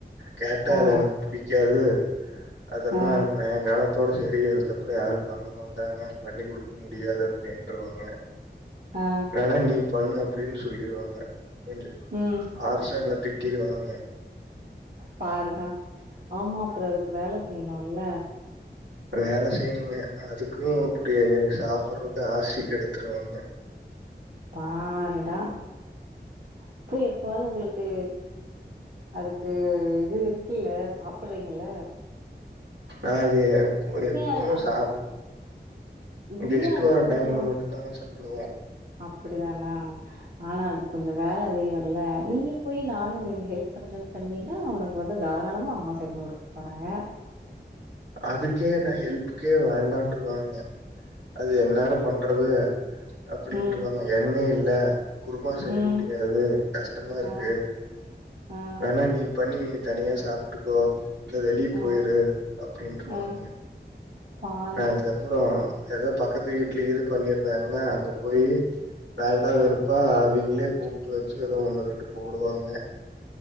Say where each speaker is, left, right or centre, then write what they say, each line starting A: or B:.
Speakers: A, on the right; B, on the right.
A: கேட்டா
B: ஆ,
A: அது எனக்கு புடிக்காது அதெல்லா
B: ஆ,
A: எ காலத்தோட சரி அதுக்கப்பறோ யாரு பண்ண மாட்டாங்க பண்ணி குடுக்க முடியாது அப்டின் ட்ருவாங்க
B: ஆ.
A: வேணா நீ பண்ணு அப்டின்னு சொல்லிருவாங்க கொஞ்ச
B: ம்.
A: ஹார்ஸா என்ன திட் டிருவாங்க
B: பாருடா ஆமா அப்புற அதுக்கு வேல செய்யணுல்ல
A: வேல செய்யணுங்க அதுக்கு இப்டி சாப்பறதுக்கு ஆசி கெடுத்துருவாங்க
B: பாருடா அப்போ எப்பவாது உங்களுக்கு அதுக்கு இது இருக்குல்ல சாப்பறீங்கல்ல
A: அ இப் அது எப்பு எப்புமே
B: அது அந்
A: சாப்
B: நீயு
A: கெஸ்ட்
B: அதுக்கு
A: வர
B: கொஞ்சோ
A: டைம்ல மட்டுந்தாங்க சாப்புடுவோ
B: அப்படிதானா ஆனா அது கொஞ்சொ வேல அதிகொல்ல நீயு போயி நானு உங்களுக்கு ஹெல்ப் பண்றேன் பண்ணிருந்தா உனக்கு வந்து தாராளமா அம்மா செஞ்சு குடுக்க போறாங்க
A: அதுக்கே நா ஹெல்ப்புக்கே வேண்டான்றுவாங்க அது என்நேர பண்றது அப்படின்றுவாங்க
B: ம்
A: எண்ணெயில் ல குருமா செய்ய
B: ம்
A: முடியாது கஷ்டமா இருக்கு
B: ஆ ஆ
A: வேணா நீ பண்ணி நீ தனியா சாப்டுக்கோ இல்ல வெளிய் போயிரு
B: ஆ
A: அப்டின்றுவாங்க
B: ஆ பாருடா
A: நா அதுக்கப்பறோ ஏதோ பக்கத்து வீட்ல இது பண்ணிருந்தாங்கன்னா அங்க போயி வேண்டா வெறுப்பா அவிங்ளே கூப்ட்டு வச்சி எதோ ஒண்ணு ரெண்டு போடுவாங்க